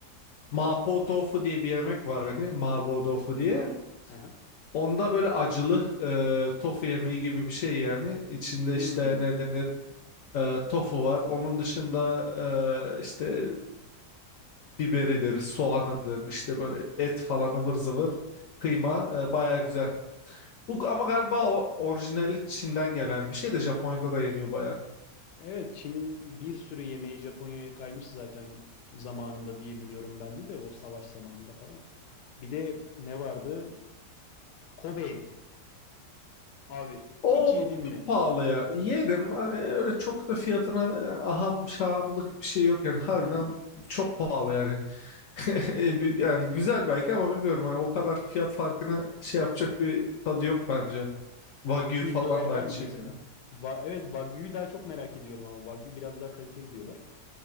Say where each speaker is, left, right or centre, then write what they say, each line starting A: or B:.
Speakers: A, on the left; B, on the left.
A: mapo tofu diye bir yemek var hani mapo tofu diye.
B: Aha.
A: Onda böyle acılı e, tofu yemeği gibi bir şey yani. İçinde
B: Hmm.
A: işte ne denir e, tofu var. Onun dışında e, işte biberidir, soğanıdır, işte böyle et falan ıvır zıvır, kıyma e, baya güzel. Bu ama galiba o orijinali Çin'den gelen bir şey de Japonya'da da yeniyor baya.
B: Evet Çin'in bir sürü yemeği Japonya'ya kaymış zaten zamanında diye biliyorum ben de de o savaş zamanında falan. Bir de ne vardı? Kobe eti. Abi
A: O
B: hiç yedin mi?
A: çok pahalı ya. Yedim hani öyle çok da fiyatına e, aham şahamlık bir şey yok yani harbiden
B: Hmm.
A: çok pahalı yani. <laughs> Bir- Yani
B: Bir-
A: güzel belki ama bilmiyorum hani o kadar fiyat farkını şey yapacak bir tadı yok bence. Wagyu
B: Yani 200
A: falan
B: dolar var
A: da aynı
B: mı
A: şekilde.
B: mesela? Va evet Wagyu'yu daha çok merak ediyorum ama Wagyu biraz daha kaliteli diyorlar.